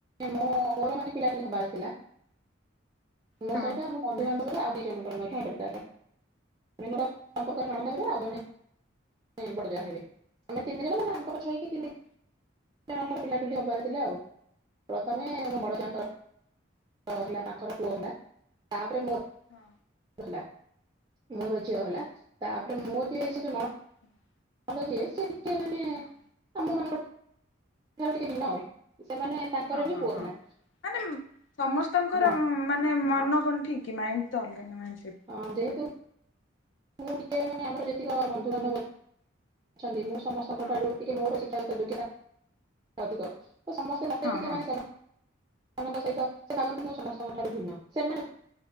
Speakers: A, on the right; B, on the left.
A: ମୋ ଘର ମାନେ ପିଲାପିଲା ହବାର ଥିଲା ମୋ
B: ହଁ
A: ସହିତ ଆମକୁ
B: ହଁ
A: ବନ୍ଧୁବାନ୍ଧବ ଆଉ ଦି ଜଣଙ୍କର ମଧ୍ୟ ଭାବର ସମ୍ପର୍କରେ
B: ହଁ
A: ନ ହେବେ ଆଉ ଜଣେ ହୁଁ ବଡଜାଆ ହେବେ ଆମେ ତିନି ଜିନ ମାନେ ଆଗ ପଛ ହେକି ତିନି
B: ହଁ
A: ଜଣଙ୍କର ପିଲାପିଲି ହବାରେ ଥିଲା। ଆଉ ପ୍ରଥମେ
B: ହଁ
A: ମୋ ବଡ ଯାଙ୍କର ହ ହେଲା ପାଖର ପୁଅ ହେଲା ତାପରେ ମୋ
B: ହଁ।
A: ହେଲା। ମୋର ଝିଅ ହେଲା। ତାପରେ ମୋ ଯି ନଣ
B: ହୁଁ
A: ଆମ ଯ ସେତେ ମାନେ
B: ହଁ
A: ଆମ ମାନଙ୍କଠୁ କି ଦିନ ଆଉ ସେମାନେ ତାଙ୍କର
B: ହଁ
A: ବି
B: ହଁ
A: ପୁଅ
B: ହଁ।
A: ହେଲା।
B: ମାନେ ସମସ୍ତଙ୍କର
A: ହଁ
B: ମାନେ ମନ କଣ ଠିକ କି ମାଇଣ୍ଡ ତ ଅଲଗା ନା। ମାଇନ ସେ
A: ହଁ ଯେହେତୁ ମୁଁ ଟିକେ ମାନେ ଆମର ଯେତିକ ବନ୍ଧୁବାନ୍ଧବ ଅଛନ୍ତି। ମୁଁ ସମସ୍ତଙ୍କ
B: ହଁ
A: ଠାରୁ ଟିକେ ମୋର ଶିକ୍ଷାଗତ ଯୋଗତା ଅଧିକ ତ ସମସ୍ତେ ମତେ
B: ହଁ
A: ଟିକେ
B: ହଁ।
A: ମାନେ ମାନଙ୍କ ସହିତ ସେ ଭାବନ୍ତି ମୁଁ ସମସ୍ତଙ୍କ ଠାରୁ ଭିନ୍ନ। ସେମାନେ